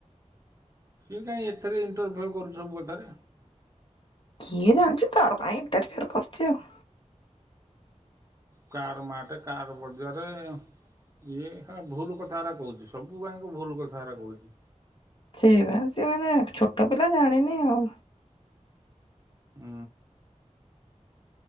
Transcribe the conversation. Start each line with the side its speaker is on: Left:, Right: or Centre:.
Right: ସିଏ କାହିଁ ଏଥିରେ ଇଣ୍ଟରଫାୟ କରୁଛି ସବୁ କଥାରେ
Left: କିଏ ଜାନିଛି ତାର କାଇଁ ଇଣ୍ଟରଫୟ କରୁଛି ଆଉ
Right: କାର ମା ଟେ କାର ବଜାରେ ଇଏ ଏକା ଭୁଲ କଥାରା କହୁଛି ସବୁ ଗାଁ କ ଭୁଲ କଥାରା କହୁଛି।
Left: ସେ ବା ସେମାନେ ଛୋଟ ପିଲା ଜାଣିନି ଆଉ
Right: ହଁ।